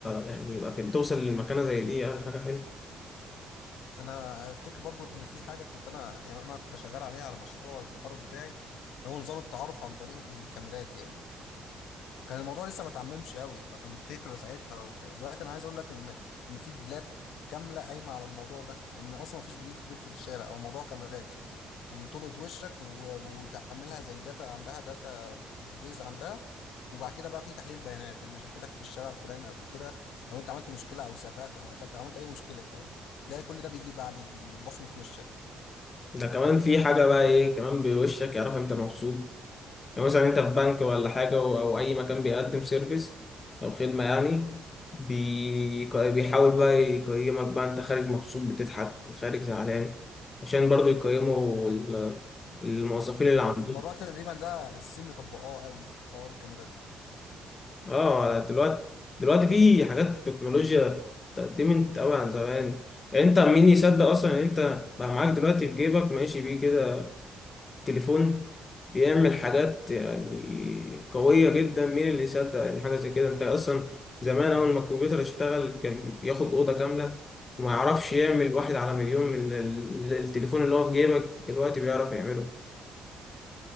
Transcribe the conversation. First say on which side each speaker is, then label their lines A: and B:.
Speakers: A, on the left (about 40°); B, on the left (about 80°).
A: يعني يبقى في توصل للمكانه زي دي يعني حاجه حلوه
B: انا افتكر برضو ان في حاجه كنت انا يعني انا كنت شغال عليها على مشروع التخرج بتاعي هو نظام التعارف عن طريق الكاميرات يعني كان الموضوع لسه ما اتعممش قوي فكان فكرة ساعتها وبتاع دلوقتي انا عايز اقول لك ان ان في بلاد كاملة قايمة على الموضوع ده ان اصلا ما فيش بوليس بيمشي في الشارع او موضوع كاميرات وتلقط وشك و... وتعملها زي داتا عندها داتا بيز عندها وبعد كده بقى في تحليل بيانات ان شافتك في الشارع الفلاني قبل كده لو انت عملت مشكلة او سرقت او قتلت او عملت اي مشكلة يعني تلاقي كل ده بيجيب عليك بصمة وشك دي
A: ده كمان في حاجه بقى ايه كمان بوشك يعرف انت مبسوط لو مثلا انت في بنك ولا حاجة او أو اي مكان بيقدم سيرفيس او خدمة يعني بي... بيحاول بقى يقيمك بقى انت خارج مبسوط بتضحك خارج زعلان عشان برضو يقيموا ال- الموظفين اللي
B: مو-
A: عندهم
B: الموضوع تقريبا ده الصين مطبقاه قوي في حوار الكاميرات ده
A: اه دلوقتي دلوقتي في حاجات تكنولوجيا اتقدمت قوي عن زمان يعني انت مين يصدق اصلا ان انت بقى معاك دلوقتي في جيبك ماشي بيه كده تليفون بيعمل حاجات يعني قوية جدا مين اللي يصدق إن حاجة زي كده أنت أصلا زمان أول ما الكمبيوتر اشتغل كان ياخد أوضة كاملة وما يعرفش يعمل واحد على مليون من ال- ال- التليفون اللي هو في جيبك دلوقتي بيعرف يعمله